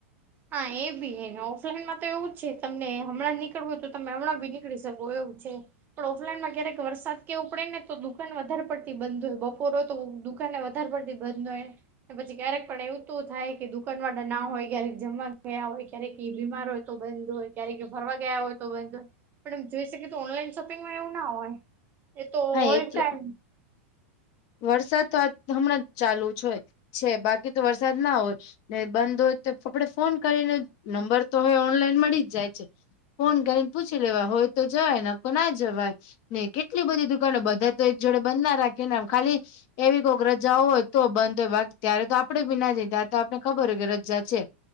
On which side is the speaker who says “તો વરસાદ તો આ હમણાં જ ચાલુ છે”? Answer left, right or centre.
Left